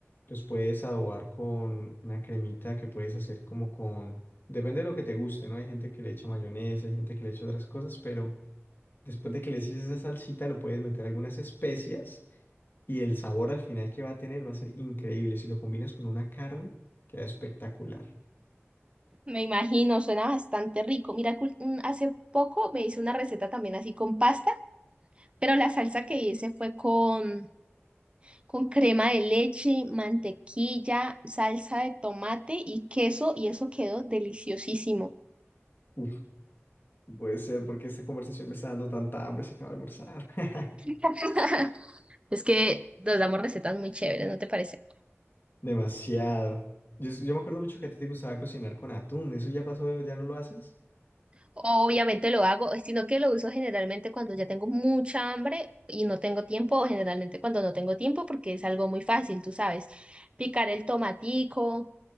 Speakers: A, on the left; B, on the right.
A: los puedes adobar con una cremita que puedes hacer como con, depende de lo que te guste, ¿no? Hay gente que le echa mayonesa, hay gente que le echa otras cosas, pero después de que le eches esa salsita, lo puedes meter algunas especias y el sabor al final que va a tener va a ser increíble. Si lo combinas con una carne, queda espectacular.
B: Me imagino, suena bastante rico. Mira, que ul- mm, hace poco me hice una receta también así con pasta, pero la salsa que hice fue con con crema de leche, mantequilla, salsa de tomate y queso, y eso quedó deliciosísimo.
A: Uf, puede ser porque esta conversación me está dando tanta hambre, se acaba de almorzar. <laughs>
B: <laughs> Es que nos damos recetas muy chéveres, ¿no te parece?
A: Demasiado. Yo, yo me acuerdo mucho que a ti te gustaba cocinar con atún. ¿Eso ya pasó? ¿Ya no lo haces?
B: Obviamente lo hago, sino que lo uso generalmente cuando ya tengo mucha hambre y no tengo tiempo, o generalmente cuando no tengo tiempo, porque es algo muy fácil, tú sabes. Picar el tomatico,